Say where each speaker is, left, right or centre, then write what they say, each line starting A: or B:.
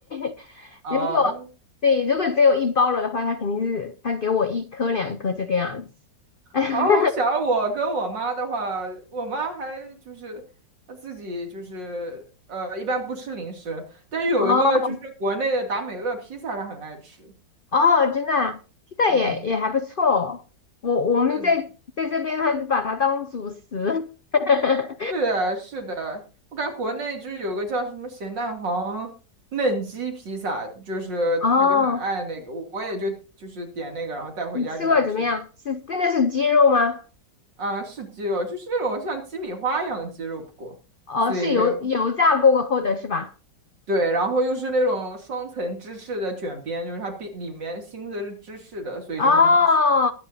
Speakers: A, on the left; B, on the right.
A: <laughs>
B: 啊？
A: 如果对，如果只有一包了的话，他肯定是他给我一颗两颗这个样子。<laughs>
B: 哦，我想我跟我妈的话，我妈还就是她自己就是呃，一般不吃零食，但是有一个就是国内的达美乐披萨，
A: 哦，
B: 她很爱吃。
A: 哦，真的啊，现在也也还不错哦我我们在在这边，
B: 嗯，是
A: 还是把它当主食。<laughs>
B: 是的，是的，我感觉国内就是有个叫什么咸蛋黄嫩鸡披萨，就是她就很爱那个，
A: 哦，
B: 我我也就就是点那个，然后带回家给她吃着。
A: 你吃过怎么样？是真的是鸡肉吗？
B: 啊，呃是鸡肉，就是那种像鸡米花一样的鸡肉，不过是一个
A: 哦，是油油炸过后的是吧？
B: 对，然后又是那种双层芝士的卷边，就是它边里面芯子是芝士的，所以就很好吃。
A: 哦哦